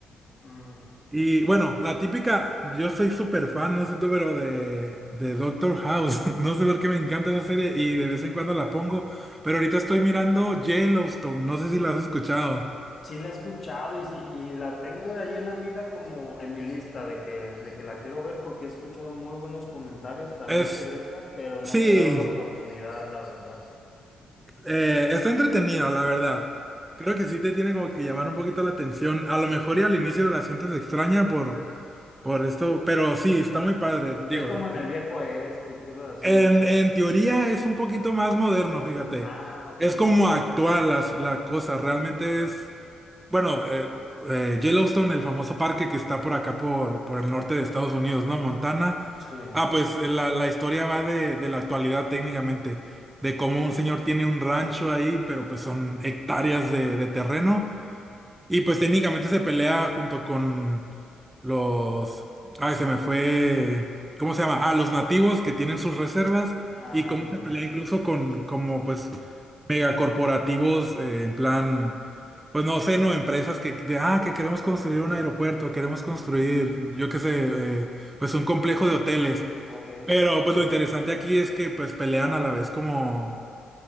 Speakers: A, on the left; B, on the right.
A: mm.
B: y bueno, la típica, yo soy súper fan, no sé tú, pero de, de Doctor House. <laughs> No sé por qué me encanta esa serie y de vez en cuando la pongo. Pero ahorita estoy mirando Yellowstone, no sé si la has escuchado.
A: Sí la he escuchado y, sí- y la tengo ahí en la mira como en mi lista de que, de que la quiero ver porque he escuchado muy buenos comentarios también
B: Es,
A: sobre esa, pero no
B: sí,
A: me he dado la oportunidad, la verdad.
B: eh, está entretenida, la verdad. Creo que sí te tiene como que llamar un poquito la atención. A lo mejor y al inicio la sientes extraña por, por esto, pero sí, está muy padre. Digo,
A: Es como en el viejo este y cosas así,
B: En,
A: ¿no?
B: en teoría es un poquito más moderno, fíjate.
A: Ah, ok.
B: Es como actual las- la, cosa. Realmente es, bueno, eh, eh, Yellowstone, el famoso parque que está por acá, por, por el norte de Estados Unidos, ¿no? Montana.
A: Sí.
B: Ah, pues eh, la, la historia va de, de la actualidad técnicamente, de cómo un señor tiene un rancho ahí, pero pues son hectáreas de, de terreno. Y pues técnicamente se pelea junto con los... Ay, se me fue... ¿Cómo se llama? Ah, los nativos que tienen sus reservas
A: Ah,
B: y cómo se
A: ya.
B: pelea incluso con como pues megacorporativos eh, en plan... Pues no sé, no, empresas que, de, ah, que queremos construir un aeropuerto, queremos construir, yo qué sé, eh, pues un complejo de hoteles.
A: Ok,
B: Pero pues lo interesante aquí es que pues pelean a la vez como